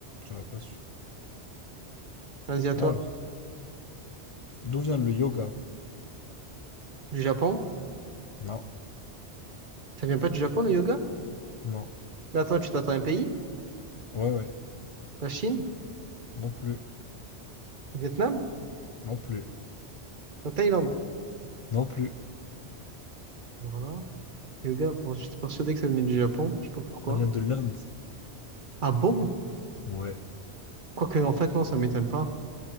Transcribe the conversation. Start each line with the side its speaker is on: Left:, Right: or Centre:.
Left: J'aurais pas su.
Right: Vas-y, à toi.
Left: Alors. D'où vient le yoga?
Right: Du Japon?
Left: Non,
Right: Ça vient pas du Japon, le yoga?
Left: non.
Right: Mais attends, tu t'attends à un pays?
Left: Ouais, ouais.
Right: La Chine?
Left: Non plus.
Right: Le Vietnam?
Left: Non plus.
Right: La Thaïlande?
Left: Non plus.
Right: Voilà. Yoga, bon, j'étais persuadé que ça venait du Japon. Je sais pas pourquoi.
Left: Ça vient de l'Inde.
Right: Ah bon?
Left: Ouais.
Right: Quoique, en fait, non, ça m'étonne pas.